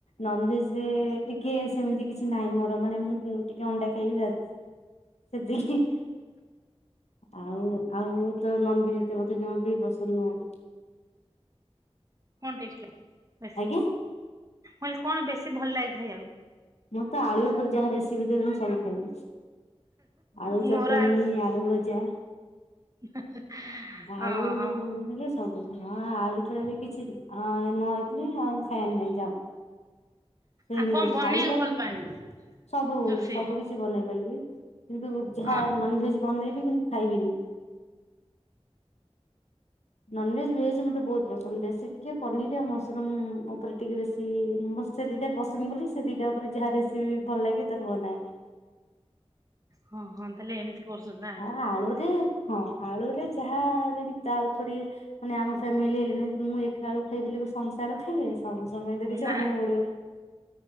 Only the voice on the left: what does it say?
ନନଭେଜରେ ଟିକେ ସେମିତି କିଛି ନାହିଁ ମୋର ମାନେ ମୁଁ ଟିକେ ଅଣ୍ଡା ଖାଇବି ର <unintelligible> ଆଉ ଆଉ ତ ନନ ଭେଜ ଏତେ ମୋତେ ଜମାବି ପସନ୍ଦ ନୁହଁ।
ଆଜ୍ଞା
ମୁଁ ତ ଆଳୁ ଉପରେ ଯାହା ରେସିପି ଦେବି ମୁଁ ସବୁ ଖାଇବି। ଆଳୁ ଚଟଣି
ଆଳୁ ଭଜା।
ଆଉ <unintelligible>
ସବୁ ହଁ, ଆଳୁ ଛଡା ବି କିଛି ନହଇଥିଲିନି ଆଉ ଖାଇବାର ନାଇଁ ଯା ସେ
ଖାଇବାରେ
ସବୁ
ସବୁ କିଛି। ବନେଇ ପାରିବି କିନ୍ତୁ ଯାହା
ନନ ଭେଜ ବନେଇବି କିନ୍ତୁ ଖାଇବିନି। ନନଭେଜ ଭେଜ ମୋତେ ବହୁତ ପସନ୍ଦ, ବେଶୀ ଟିକେ ପନିର ଆଉ ମସରୁମ ଉପରେ ଟିକେ ବେଶୀ ସେ ଦିଟା ପସନ୍ଦ ବୋଲି, ସେ ଦିଟା ଉପରେ ଯାହା ରେସିପି ଭଲ ଲାଗେ ତାକୁ ବନାଏ।
ଆଉ ଆଳୁରେ, ହଁ ଆଳୁରେ ଯାହା <unintelligible> ମାନେ ଆମ ଫ୍ୟାମିଲି ହେଣିି ମୁଁ ଏକ ଆଳୁ ଖାଇବି ବୋଲି, କଣ ସମସ୍ତେ ଆଳୁ ଖାଇବେ? ସମବୁ ସମୟ ତ କିଛି
ବନେଇକୁ ପଡିବ।